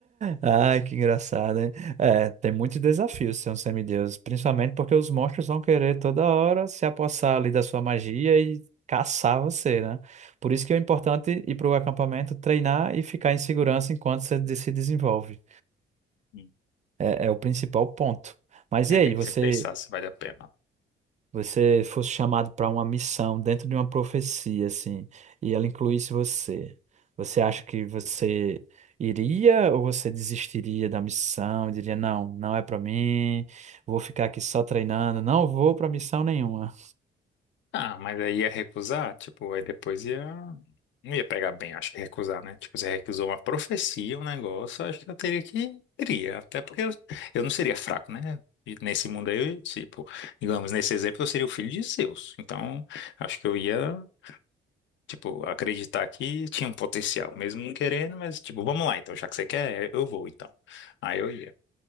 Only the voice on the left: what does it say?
Hum.
É,
tem que
sempre pensar se vale a pena.
Ah, mas aí ia recusar, tipo, aí depois ia. Não ia pegar bem, acho que recusar, né? Tipo, você recusou uma profecia, um negócio, acho que eu teria que. Iria, até porque eu, eu não seria fraco, né? E nesse mundo aí, eu, tipo, digamos, nesse exemplo, eu seria o filho de Zeus. Então, acho que eu ia, tipo, acreditar que tinha um potencial, mesmo não querendo, mas, tipo, vamos lá, então, já que você quer, eu vou, então. Aí eu ia.